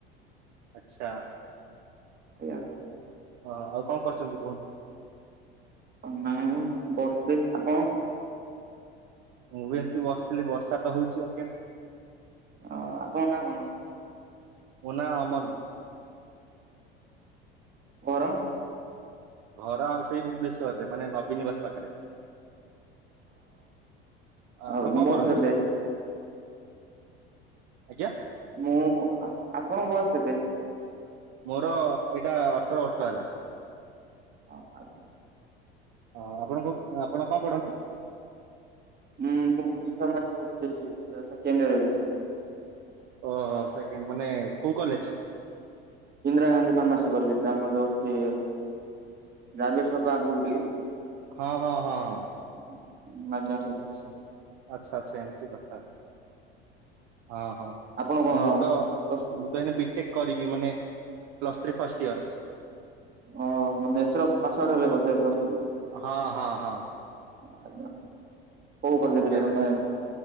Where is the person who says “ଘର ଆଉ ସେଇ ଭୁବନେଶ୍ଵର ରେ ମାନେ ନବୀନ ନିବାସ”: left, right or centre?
Right